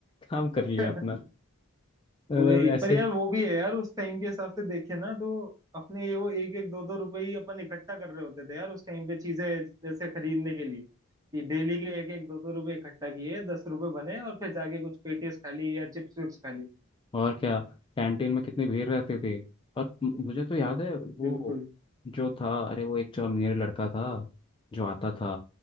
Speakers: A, on the left (about 25°); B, on the right (about 15°).
A: काम कर लिया
B: वो <laughs>
A: अपना मतलब
B: वही
A: ऐसे
B: पर यार वो भी है यार उस टाइम के हिसाब से देखे ना तो अपने ये वो एक एक दो दो रुपए ही अपन इकट्ठा कर रहे होते थे यार उस टाइम पे चीजें जैसे खरीदने के लिए कि डेली के एक एक दो दो रुपए इकट्ठा किए दस रुपए बने और फिर जाके कुछ पेटीज खा ली या चिप्स विप्स खा ली
A: और क्या कैंटीन में कितनी भीड़ रहती थी और म- मुझे तो याद है वो
B: बिल्कुल
A: जो था अरे वो एक जो अमीर लड़का था जो आता था